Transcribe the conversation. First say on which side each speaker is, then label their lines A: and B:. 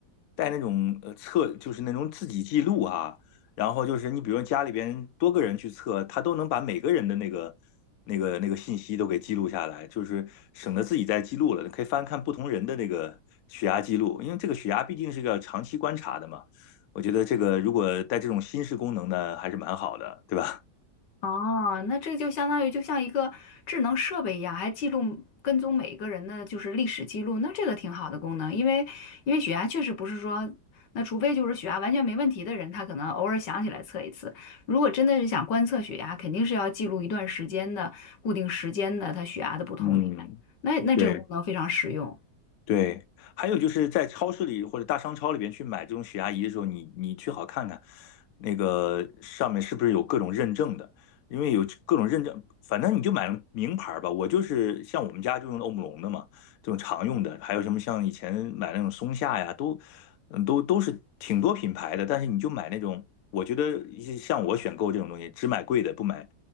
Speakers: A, on the left; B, on the left.
A: 带那种呃测，就是那种自己记录啊。然后就是你比如家里边多个人去测，它都能把每个人的那个那个那个信息都给记录下来，就是省得自己再记录了，可以翻看不同人的那个血压记录，因为这个血压毕竟是个长期观察的嘛。我觉得这个如果带这种新式功能呢，还是蛮好的，对吧？
B: 哦，那这就相当于就像一个智能设备一样，还记录跟踪每一个人的就是历史记录，那这个挺好的功能，因为因为血压确实不是说，那除非就是血压完全没问题的人，他可能偶尔想起来测一次。如果真的是想观测血压，肯定是要记录一段时间的固定时间的他血压的不同点，
A: 嗯，
B: 那那这个功能非常实用。
A: 对。对，还有就是在超市里或者大商超里边去买这种血压仪的时候，你你最好看看那个上面是不是有各种认证的，因为有各种认证，反正你就买名牌儿吧。我就是像我们家就用欧姆龙的嘛，这种常用的，还有什么像以前买那种松下呀，都嗯都都是挺多品牌的，但是你就买那种，我觉得一些像我选购这种东西，只买贵的，不买